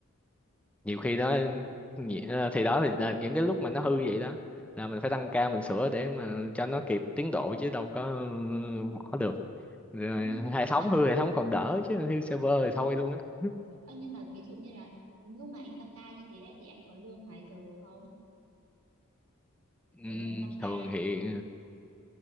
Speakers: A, in the centre; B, on the right (about 90°).
A: nhiều khi nó nhị- ờ, thì đó thì là những cái lúc mà nó hư vậy đó là mình phải tăng ca mình sửa để mà cho nó kịp tiến độ chứ đâu có ờ, bỏ được rồi
B: Ê, nhưng
A: hệ thống
B: nhưng mà
A: hư hệ thống
B: ừ.
A: còn đỡ chứ hư server thì thôi luôn á
B: Ê, nhưng mà ví dụ như là lúc mà anh tăng ca như thế ấy, thì anh có lương ngoài giờ không?
A: Ừm,
B: Kiểu lương tăng ca.
A: thường
B: á.
A: thì